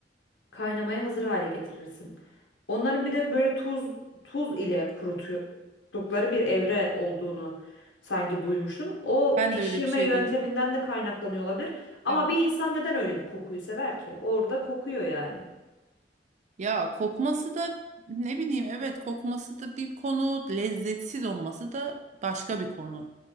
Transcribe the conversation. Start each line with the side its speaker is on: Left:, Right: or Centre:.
Left: kaynamaya hazır hale getirirsin. Onların bir de böyle tuz tuz ile kuruttukları bir evre olduğunu sanki duymuştum. O
Right: ben
Left: pişirme
Right: de öyle bir şey
Left: yönteminden
Right: duydum.
Left: de kaynaklanıyor olabilir. Ama
Right: Evet.
Left: bir insan neden öyle bir kokuyu sever ki? Orada kokuyor yani.
Right: Ya kokması da ne bileyim evet kokması da bir konu, lezzetsiz olması da başka bir konu.